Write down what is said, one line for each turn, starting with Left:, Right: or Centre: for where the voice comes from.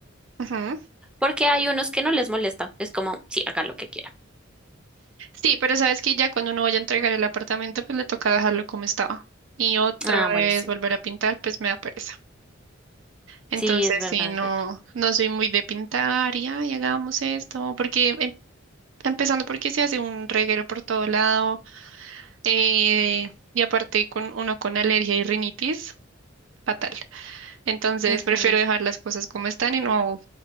Right: ujú.
Centre: Porque hay unos que no les molesta. Es como, sí, haga lo que quiera.
Right: Sí, pero sabes que ya cuando uno vaya a entregar el apartamento, pues le toca dejarlo como estaba. Y otra
Centre: Ah, bueno,
Right: vez
Centre: sí.
Right: volver a pintar, pues me da pereza. Entonces,
Centre: Sí, es verdad,
Right: sí, no,
Centre: es verdad.
Right: no soy muy de pintar y, ay, hagamos esto, porque em- empezando porque se hace un reguero por todo lado, eh, y aparte con uno con alergia y rinitis, fatal. Entonces,
Centre: Ujú.
Right: prefiero dejar las cosas como están y no,